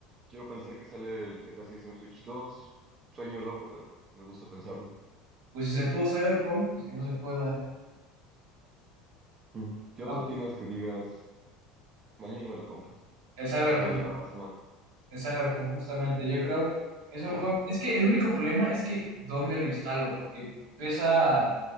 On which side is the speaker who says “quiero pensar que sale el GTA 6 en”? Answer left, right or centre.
Right